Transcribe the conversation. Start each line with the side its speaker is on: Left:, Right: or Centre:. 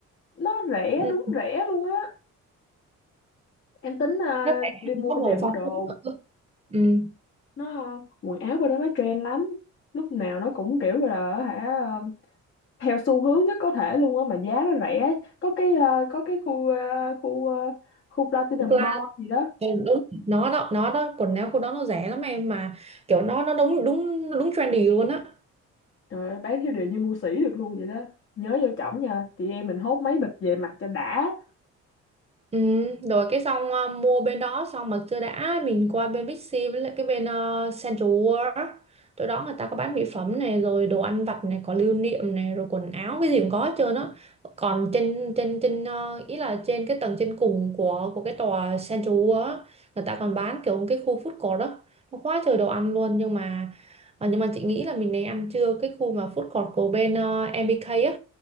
Left: nó rẻ
Right: ừ.
Left: đúng rẻ luôn á em tính à,
Right: nó rẻ
Left: đi mua
Right: nó có đồ
Left: vài bộ
Right: phong
Left: đồ
Right: phú ừ.
Left: nó à, quần áo bên đó nó trend lắm lúc nào nó cũng kiểu là hả à, theo xu hướng nhất có thể luôn á mà giá nó rẻ có cái à, có cái khu à, khu à, khu Platinum
Right: Thực ra
Left: Mall gì đó
Right: là đúng nó đó nó đó quần áo của nó nó rẻ lắm em mà kiểu nó nó đúng đúng đúng trendy luôn á
Left: Trời ơi, bán theo điều như mua sỉ được luôn vậy đó. Nhớ vô chổng nha, chị em mình hốt mấy bịch về mặt cho đã.
Right: Ừ, rồi cái xong ờ, mua bên đó xong mà chưa đã mình qua bên Bixi với lại cái bên ờ, Central World á. chỗ đó người ta có bán mỹ phẩm này rồi đồ ăn vặt này có lưu niệm này rồi quần áo cái gì cũng có hết trơn á còn trên trên trên ờ, ý là trên cái tầng trên cùng của của cái tòa Central World á người ta còn bán kiểu cái khu food court đó nó quá trời đồ ăn luôn nhưng mà ờ, nhưng mà chị nghĩ là mình nên ăn trưa cái khu mà food court của bên ờ, MBK á